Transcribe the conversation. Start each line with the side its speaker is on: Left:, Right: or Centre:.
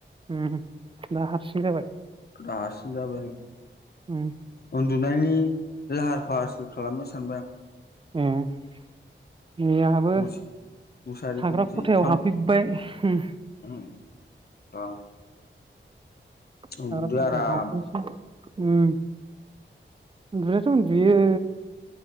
Right: उम दा हारसिं जाबाय।
Left: दा हारसिं जाबाय आङो।
Right: उम
Left: दुनायनि लाहार फाहारसो खालामनो सानबाय आं।
Right: ए नै आहाबो
Left: मुसा मुसारि
Right: थाग्रा
Left: खोंनोसै
Right: खथायाव
Left: थाम
Right: हाबफैबाय उम।
Left: उम दा
Right: थाग्रा
Left: उन्दुदो
Right: खथायाव
Left: आरामनो
Right: हाबनोसै‌ उम। उनदुनायाथ' उनदुयो।